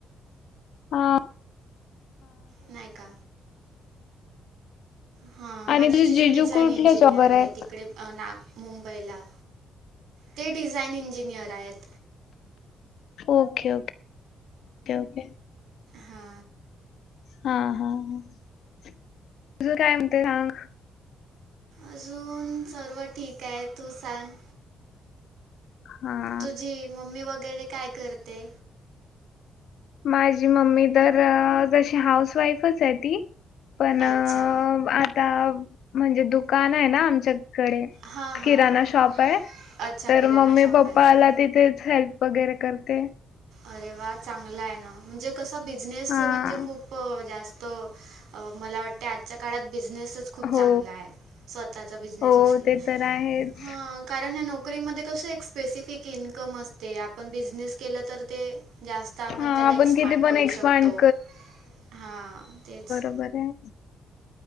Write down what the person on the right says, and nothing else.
नायका. हा
माझी
जी
जी डिझाइन
इंजिनियर
आहे तिकडे ना. मुंबईला ते डिझाईन इंजिनिअर आहेत.
हा.
अजून सर्व ठीक आहे. तू सांग?
तुझी मम्मी वगैरे काय करते?
अच्छा
हां हां
हां
अच्छा
किराणा
शॉप
आहे का
अरे वा चांगला आहे ना म्हणजे कसं बिझनेस
म्हणजे खूप जास्त. मला वाटते आजच्या काळात बिझनेसच. खूप
चांगला आहे स्वतःचा बिझनेस
नाही
कारण नक नोकरीमध्ये कस एक स्पेसिफिक इन्कम असते आपण बिझनेस केलं तर ते. जास्त आपण
त्याला एक्सपांड
करू
शकतो हां तेच.